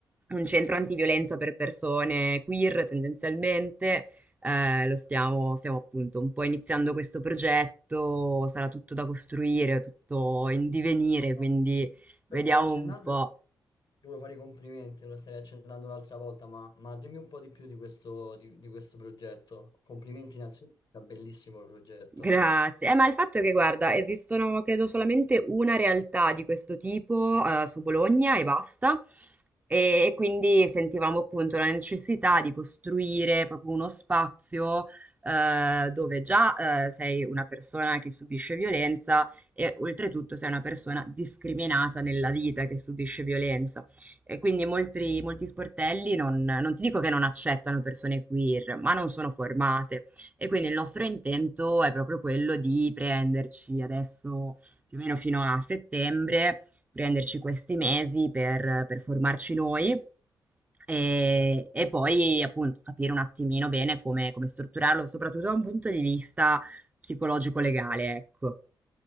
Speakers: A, on the right (about 20°); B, on the left (about 65°).
A: un centro antiviolenza per persone queer tendenzialmente. Eh, lo stiamo, stiamo appunto un po' iniziando questo progetto, sarà tutto da costruire, tutto in divenire, quindi
B: No,
A: vediamo
B: Lo stavi accennando,
A: un po'.
B: e ti volevo fare i complimenti, lo stavi accennando l'altra volta, ma, ma dimmi un po' di più di questo, di, di questo progetto. Complimenti innanzitutto, è un bellissimo progetto.
A: Grazie. Eh, ma il fatto è che, guarda, esistono credo solamente una realtà di questo tipo, eh, su Bologna e basta. E, e quindi sentivamo appunto la necessità di costruire proprio uno spazio, eh, dove già, eh, sei una persona che subisce violenza e oltretutto sei una persona discriminata nella vita che subisce violenza. E quindi molti, molti sportelli non non ti dico che non accettano persone queer, ma non sono formate. E quindi il nostro intento è proprio quello di prenderci adesso più o meno fino a settembre, prenderci questi mesi per, per formarci noi. E,
B: Certo.
A: e poi appunto capire un attimino bene come, come strutturarlo, soprattutto da un punto di vista psicologico-legale, ecco